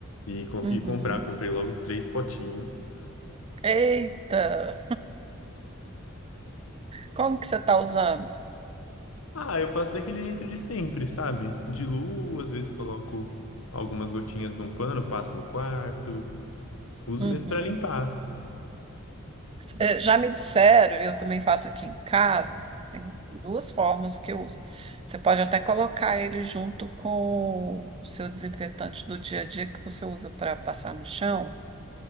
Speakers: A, on the left; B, on the right.
A: e consegui
B: uhum,
A: comprar, comprei logo três potinhos.
B: Eita, como que você tá usando?
A: Ah, eu faço daquele jeito de sempre, sabe? Diluo, às vezes coloco algumas gotinhas num pano, passo no quarto. Uso
B: uhum.
A: mesmo pra limpar.
B: Eh, Já me disseram, e eu também faço aqui em casa, tem duas formas que eu uso. Você pode até colocar ele junto com o seu desinfetante do dia a dia que você usa para passar no chão.